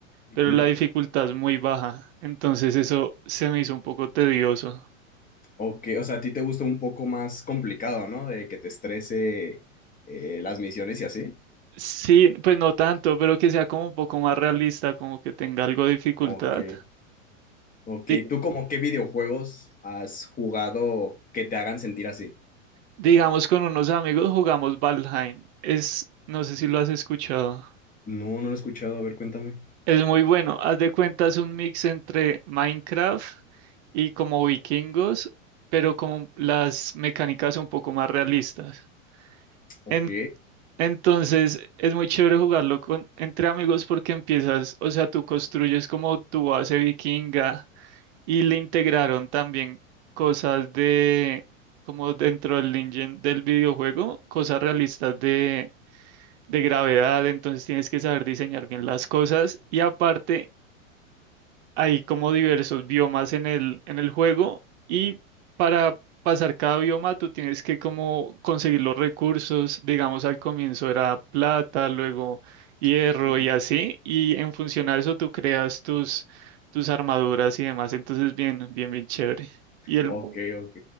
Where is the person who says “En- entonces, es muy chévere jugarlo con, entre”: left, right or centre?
Right